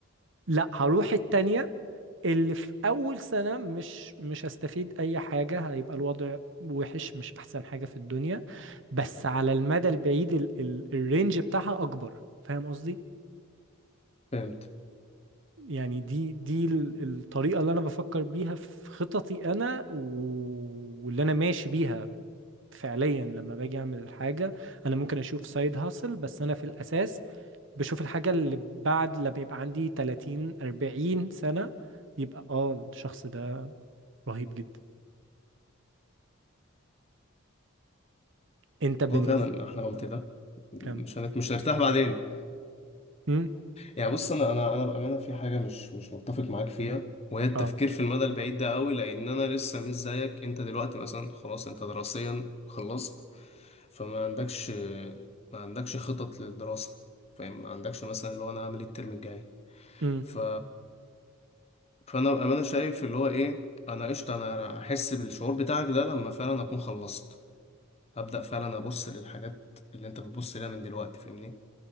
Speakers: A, on the right; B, on the left.
A: لا هروح التانيه اللي في اول سنه مش مش هستفيد اي حاجه هيبقى الوضع وحش مش احسن حاجه في الدنيا بس على المدى البعيد ال ال الرينج بتاعها اكبر فاهم قصدي
B: فهمت
A: يعني دي دي ال- الطريقه اللي انا بفكر بيها في خططي انا و- واللي انا ماشي بيها فعليا لما باجي اعمل الحاجه انا ممكن اشوف سايد هاسل بس انا في الاساس بشوف الحاجه اللي بعد لما يبقى عندي 30 40 سنه يبقى اه الشخص ده رهيب جدا انت بالنسبة
B: هو فعلا احنا لو قلت ده مش
A: كمل
B: هنت... مش هنرتاح بعدين
A: مم.
B: يعني بص انا انا انا بامانه في حاجه مش مش متفق معاك فيها وهي التفكير
A: اه
B: في المدى البعيد ده قوي لان انا لسه مش زيك انت دلوقتي مثلا خلاص انت دراسيا خلصت فما عندكش ما عندكش خطط للدراسه فاهم ما عندكش مثلا اللي هو انا هعمل إيه الترم الجاي
A: مم.
B: ف فانا بامانه شايف اللي هو ايه انا قشطه انا احس بالشعور بتاعك ده لما فعلا اكون خلصت هبدا فعلا ابص للحاجات اللي انت بتبص لها من دلوقتي فاهمني